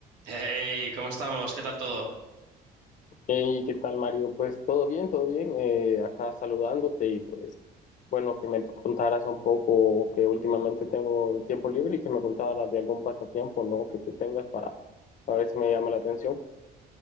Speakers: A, on the right; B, on the left.
A: Hey, ¿cómo estamos? ¿Qué tal todo?
B: Hey, ¿qué tal, Mario? Pues todo bien, todo bien. eh, acá saludándote y pues bueno, que me contaras un poco que últimamente tengo tiempo libre y que me contaras de algún pasatiempo, ¿no? Que tú tengas para, para ver si me llama la atención.